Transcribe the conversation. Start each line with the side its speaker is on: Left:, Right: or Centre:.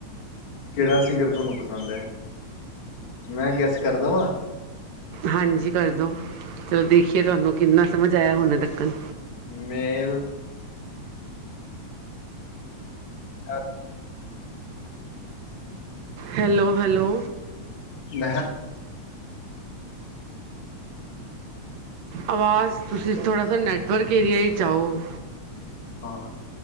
Left: ਕਿਹੜਾ ਸਿੰਗਰ ਤੁਹਾਨੂੰ ਪਸੰਦ ਐ ਮੈਂ ਗੈਸ ਕਰ ਦੇਵਾਂ?
Right: ਹਾਂਜੀ ਕਰਦੋ ਚਲੋ ਦੇਖੀਏ ਤੁਹਾਨੂੰ ਕਿੰਨਾ ਸਮਝ ਆਇਆ ਹੁਣ ਤੱਕਨ,
Left: ਮੇਲ਼ ਹਾਂ,
Right: ਹੈਲੋ-ਹੈਲੋ।
Left: ਮੈਂਹਾ,
Right: ਆਵਾਜ਼ ਤੁਸੀਂ ਥੋੜਾ ਸਾ ਨੈੱਟਵਰਕ ਏਰੀਆ ਕ ਆਓ।
Left: ਹਾਂ